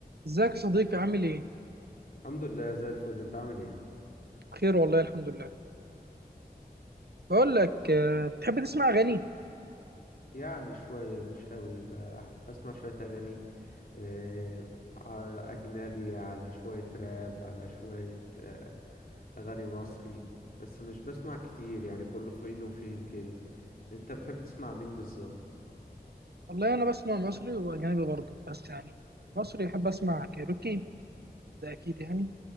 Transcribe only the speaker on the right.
ازيك يا صديقي عامل ايه؟
بخير والله الحمد لله. بقول لك آه، بتحب تسمع اغاني؟
والله انا بسمع مصري واجنبي برضه بس يعني مصري احب اسمع كايروكي ده اكيد يعني